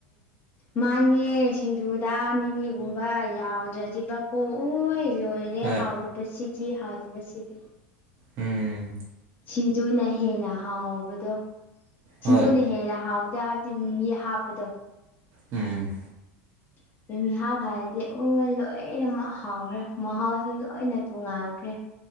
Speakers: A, on the left; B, on the right.
A: ꯃꯥꯟꯅꯦ ꯁꯤꯡꯖꯨꯗ ꯃꯤꯃꯤꯒꯨꯝꯕ ꯌꯥꯎꯗ꯭ꯔꯗꯤꯕ ꯀꯣꯛꯎ ꯂꯣꯏ ꯑꯔꯦ
B: ꯍꯣꯏ
A: ꯍꯥꯎꯗ ꯕꯁꯤꯁꯤꯖꯤ ꯍꯥꯎꯗꯕꯁꯤꯁꯤꯖꯤ
B: ꯎꯝ
A: ꯁꯤꯡꯖꯨꯅ ꯍꯦꯟꯅ ꯍꯥꯎꯕꯗꯣ ꯁꯤꯡꯖꯨꯅ
B: ꯍꯣꯏ
A: ꯍꯦꯟꯅ ꯍꯥꯎꯕꯗ ꯃꯤꯃꯤ ꯍꯥꯞꯄꯗꯣ
B: ꯎꯝ
A: <unintelligible> ꯃꯤꯃꯤ ꯍꯥꯞꯈꯔꯗꯤ ꯎꯃ ꯂꯣꯏꯅ ꯍꯥꯎꯈ꯭ꯔꯦ ꯃꯍꯥꯎꯁꯨ ꯂꯣꯏꯅ ꯇꯣꯉꯥꯟꯈ꯭ꯔꯦ